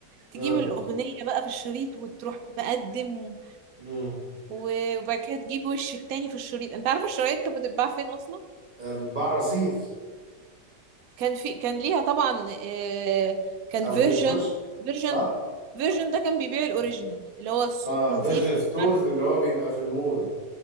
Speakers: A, on the right; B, on the right.
A: تجيب
B: اه
A: الاغنية بقى في الشريط وتروح مقدم
B: امم
A: و- وبعد كده تجيب وش التاني في الشريط انت عارف الشرايط كانت بتتباع فين اصلا
B: بتباع رصيف
A: كان في كان ليها طبعا آه، كان
B: او
A: فيرجن
B: في الكشك
A: فيرجن
B: صح
A: فيرجن ده كان بيبيع الاوريجينال اللي هو الصوت
B: اه
A: نظيف
B: فيجن
A: ومش
B: ستورز
A: عارف-
B: اللي هو بيبقى في المول